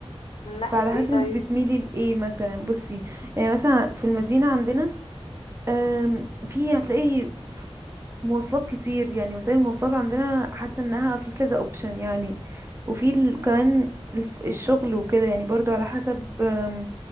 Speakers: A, on the left; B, on the right.
A: من ناحية
B: فعلى
A: ايه
B: حسب
A: طيب؟
B: انتي بتميلي لايه مثلا بصي يعني مثلا في المدينه عندنا أم في هتلاقي ف- مواصلات كتير يعني وسائل المواصلات عندنا حاسه انها في كذا اوبشن يعني وفي ال- كمان الف- الشغل وكده يعني برضو على حسب أم،